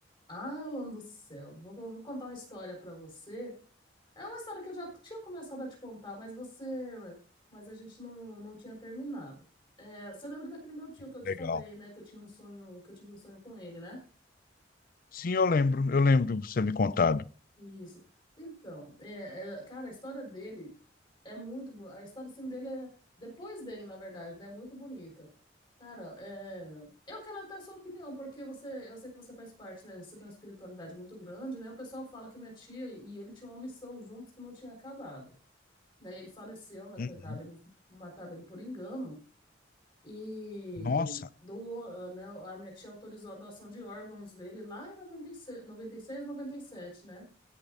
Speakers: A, on the left; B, on the left.
A: Alan do céu, vou, vou- contar uma história pra você. É uma história que eu já tinha começado a te contar, mas você, mas a gente não, não tinha terminado. É, você lembra daquele meu tio que eu
B: Legal.
A: te falei, né? Que eu tinha um sonho, que eu tive um sonho com ele, né?
B: Sim, eu lembro, eu lembro de você me contado.
A: Isso. Então, é, é, cara, a história dele é muito boa. A história assim, dele é, depois dele, na verdade, né? É muito bonita. Cara, é, eu quero até a sua opinião, porque você, eu sei que você faz parte, né? Você tem uma espiritualidade muito grande, né? O pessoal fala que minha tia e ele tinham uma missão juntos que não tinha acabado. Daí ele faleceu, né, coitado?
B: Uhum.
A: Ele, mataram ele por engano. E
B: Nossa,
A: do, ah, né, a minha tia autorizou a doação de órgãos dele lá em noventa noventa e e seis noventa e seis noventa e sete né?